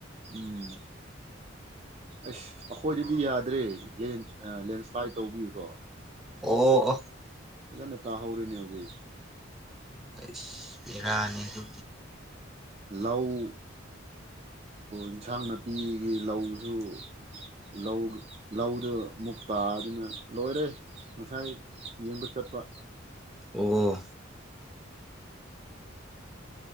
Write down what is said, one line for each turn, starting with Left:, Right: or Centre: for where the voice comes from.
Right: ꯎꯝ ꯑꯁ ꯑꯩꯈꯣꯏꯗꯗꯤ ꯌꯥꯗ꯭ꯔꯦ ꯂꯦꯟꯁ ꯂꯦꯟꯁ꯭ꯂꯥꯏꯠ ꯇꯧꯕꯒꯤꯀꯣ
Centre: ꯑꯣ ꯑꯣ
Right: ꯐꯖꯅ ꯇꯥꯍꯧꯔꯤꯅꯦ ꯍꯧꯖꯤꯛ
Centre: ꯑꯥꯁ ꯕꯦꯔꯅꯤ ꯑꯗꯨ
Right: ꯂꯧ ꯏꯟꯁꯥꯡ ꯅꯥꯄꯤꯒꯤ ꯂꯧꯁꯨ ꯂꯧ ꯂꯧꯗ ꯑꯃꯨꯛ ꯇꯥꯗꯨꯅ ꯂꯣꯏꯔꯦ ꯉꯁꯥꯏ ꯌꯦꯡꯕ ꯆꯠꯄ
Centre: ꯑꯣ